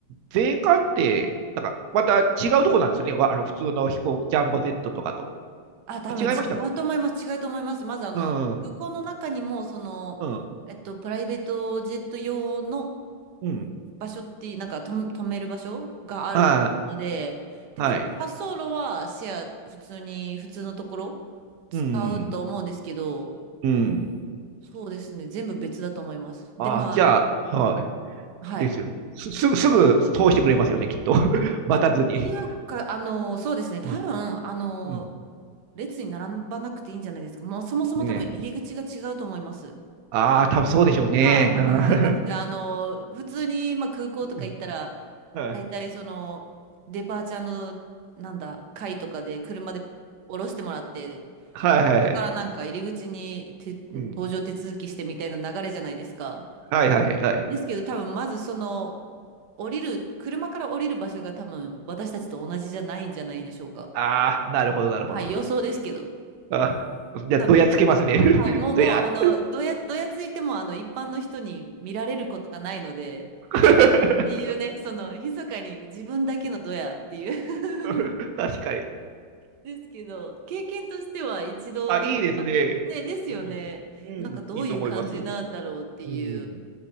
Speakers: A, on the right; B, on the right.
A: 税関って、なんかまた違うとこなんですよね。わあの普通の飛行、ジャンボ Z とかと。
B: あ、多分違うと思います。
A: あ、違いました。
B: 違うと思います。まず、あの、
A: うん、う
B: 空港の中にも、その、
A: ん、
B: えっと、プライベートジェット用の
A: うん。
B: 場所って、なんかと止める場所があるので、
A: あー、
B: で、
A: はい。
B: 多分滑走路はシェア、普通に、普通のところ使うと思うんですけど、
A: うん、うん。
B: そうですね、全部別だと思います。で、
A: あー、
B: まあ、
A: じゃあ、はい。
B: はい。
A: ですよね。す、すぐ、すぐ通してくれますよね、きっと。<laughs> 待たずに。
B: あ、っていうか、あの、そうですね、多分、
A: うん。
B: あの、
A: うん
B: 列に並ばなくていいんじゃないですか。もうそもそも多分入り口が違うと思います。
A: ね。ああ、多分そうでしょうね。
B: はいはいはい。
A: あー
B: なので、あの、普通に、まあ、空港とか行ったら、
A: <laughs> うんは
B: 大体そのデパーチャーのなんだ会とかで車で降ろしてもらってこ
A: いはいはい。
B: こからなんか入り口にて搭乗手続きしてみたいな流れじゃないですか。
A: うん。はいはいはい。
B: ですけど多分まずその降りる車から降りる場所が多分私たちと同じじゃないんじゃないでしょうか。
A: ああ、なるほど、なるほど。
B: はい予想ですけど
A: あー、じゃあ、
B: 多分、
A: どやつけますね。<laughs>
B: はい、もうもうあのどや、
A: どやっ
B: どやついてもあの一般の人に見られることがないので
A: と。<laughs>
B: っていうねその密かに自分だけのドヤっていう <laughs>
A: <laughs> 確かに。
B: ですけど、経験としては一度ぐらいは。
A: あ、いいですね。
B: ね、ですよね。
A: うん。うん、
B: なんかどういう感じなんだろうっていう、
A: いいと思います。うん。